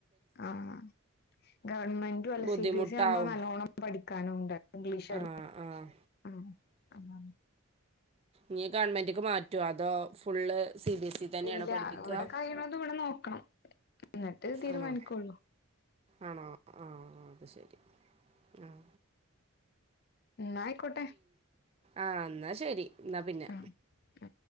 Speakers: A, on the left; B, on the right.
A: ആഹ് ഗവൺമെന്റും അല്ല
B: ബുദ്ധിമുട്ടാവും
A: സി ബി എസ് ഇ ആവുമ്പോ നല്ലോണ്ണം പഠിക്കാനും ഉണ്ട് ഇംഗ്ലീഷല്ലേ
B: ആഹ് ആഹ്
A: ആഹ് ആഹ്
B: നീ ഗവൺമെന്റിക്ക് മാറ്റുവോ അതോ full C B S E തന്നെയാണോ
A: ഇല്ല
B: പഠിപ്പിക്കുക
A: ഇവിടെ കഴിയണതും ഇവിടെ നോക്കണം എന്നിട്ട് തീരുമാനിക്കുള്ളു
B: ആണോ ആണോ ആഹ് അത് ശരി ഉം
A: എന്നാ ആയിക്കോട്ടെ
B: ആഹ് എന്നാ ശരി എന്നാ പിന്നെ
A: ആഹ്